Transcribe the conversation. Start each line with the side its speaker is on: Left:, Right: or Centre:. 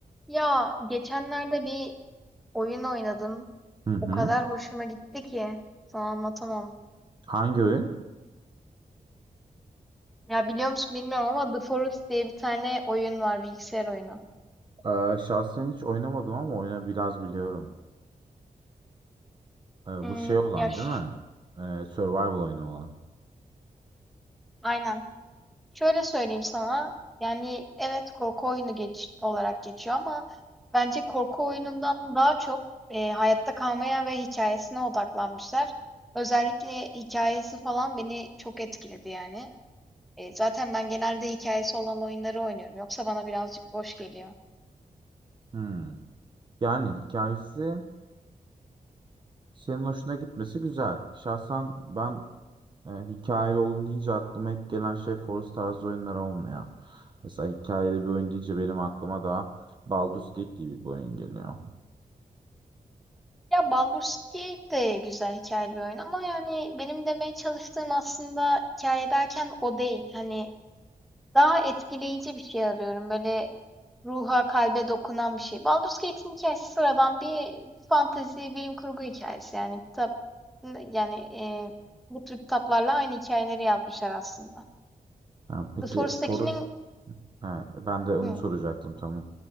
Centre: Ya geçenlerde bir oyun oynadım.
Right: Hı hı.
Centre: O kadar hoşuma gitti ki sana anlatamam.
Right: Hangi oyun?
Centre: Ya biliyor musun bilmiyorum ama The Forest diye bir tane oyun var bilgisayar oyunu.
Right: Ee, şahsen hiç oynamadım ama oyunu biraz biliyorum. Ee,
Centre: Hmm,
Right: bu şey olan
Centre: ya ş-
Right: değil mi? Ee, survival oyunu olan.
Centre: aynen. Şöyle söyleyeyim sana. Yani evet korku oyunu geç olarak geçiyor ama bence korku oyunundan daha çok e, hayatta kalmaya ve hikayesine odaklanmışlar. Özellikle hikayesi falan beni çok etkiledi yani. Eee, zaten ben genelde hikayesi olan oyunları oynuyorum. Yoksa bana birazcık boş geliyor.
Right: Hmm. Yani hikayesi senin hoşuna gitmesi güzel. Şahsen ben e, hikayeli olun deyince aklıma ilk gelen şey Forest tarzı oyunlar olmuyor. Mesela hikayeli bir oyun deyince benim aklıma da Baldur's Gate gibi bir oyun geliyor.
Centre: Ya Baldur's Gate de güzel hikayeli bir oyun ama yani benim demeye çalıştığım aslında hikâye derken o değil. Hani daha etkileyici bir şey arıyorum. Böyle ruha, kalbe dokunan bir şey. Baldur's Gate'in hikayesi sıradan bir fantezi, bilim kurgu hikayesi Yani kitap yani, eee, bu tür kitaplarla aynı hikayeleri yazmışlar aslında.
Right: Yani peki
Centre: The Forest'takinin
Right: Forest Ha, ben de onu
Centre: Hı.
Right: soracaktım tamam.